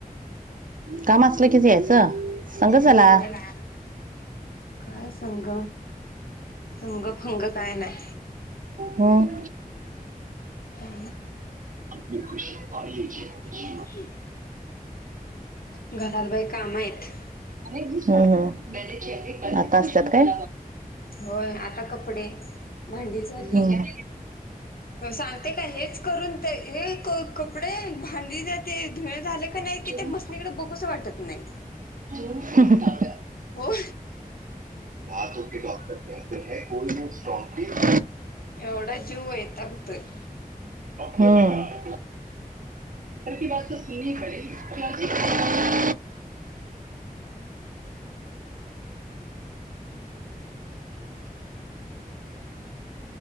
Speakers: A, on the right (about 60°); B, on the left (about 75°).
A: काम असलं कीच यायचं. संग चला
B: हो ना <unintelligible> काय संग संग फंग काय न्हाय.
A: हम.
B: हो.
A: ब खुश पालीिज <unintelligible>
B: ह. घरात बाई काम हायत.
A: हम्म हम् आता असत्यात काय.
B: होय आता कपडे भांडी झाली
A: हम्म
B: सांगते का हेच करून ते हे क कपडे भांड जाते धुळ झाले का नाही कि
A: हम्म
B: ते मस्त तिकडड बघूस वाटत नाही.
A: <unintelligible>
B: हो.
A: हथो के डॉक्टर कहते है कोल् स्टॉनट <unintelligible>
B: एवढा जीव वैतागतोय.
A: हम्म <unintelligible>